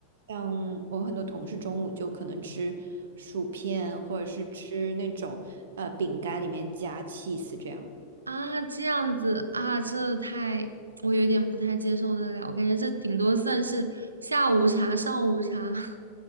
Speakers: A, on the right; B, on the right.
A: 像我很多同事中午就可能吃薯片，或者是吃那种呃饼干里面夹 cheese 这样。
B: 啊，这样子啊，这太，我有点不太接受得了。我感觉这顶多算是下午茶、上午茶。<laughs>